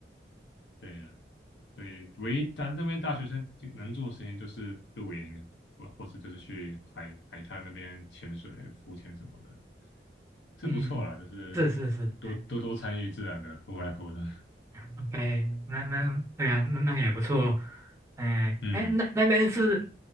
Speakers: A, on the left; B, on the right.
A: 对呀。对，唯一咱那边大学生就能做的事情就是露营，或或是就是去海海滩那边潜水、浮潜什么的，是不错啦，
B: 嗯，
A: 就是多多多参与自然的户外活动。
B: 是是是哎，OK，那那对啊，那那个也不错，哎哎，
A: 嗯，
B: 那那边是